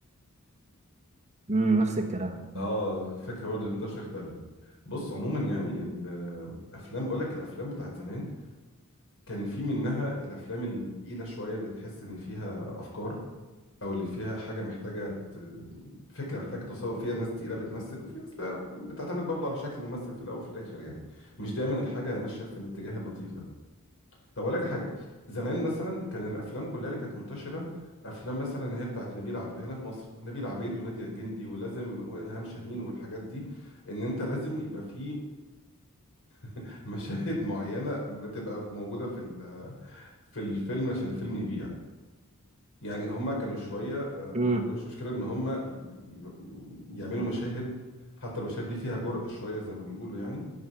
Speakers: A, on the right; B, on the left.
A: مم، نفس الكلام
B: اه فاكر برضه دي انتشرت قوي بص عموما يعني الافلام بقول لك الافلام بتاعت زمان كان في منها الافلام التقيله شويه اللي تحس ان فيها افكار او اللي فيها حاجه محتاجه ت- فكره محتاجه تصور فيها ناس تقيله بتمثل وفي ناس بقى بتعتمد برضه على شكل الممثل في الاول وفي الاخر يعني مش دايما الحاجه ماشيه في الاتجاه اللطيف ده طب اقول لك حاجه زمان مثلا كان الافلام كلها اللي كانت منتشره افلام مثلا اللي هي بتاعت نبيل عبيد هنا في مصر نبيل عبيد وناديه الجندي ولازم والهام شاهين والحاجات دي ان انت لازم يبقى في <laughs> مشاهد معينه ما تبقى موجوده في ال- في الفيلم عشان الفيلم يبيع يعني هما كانوا شويه آه،
A: امم
B: ما عندهمش مشكله ان هما ي- ي- يعملوا مشاهد حتى المشاهد دي فيها جرأة شويه زي ما بيقولوا يعني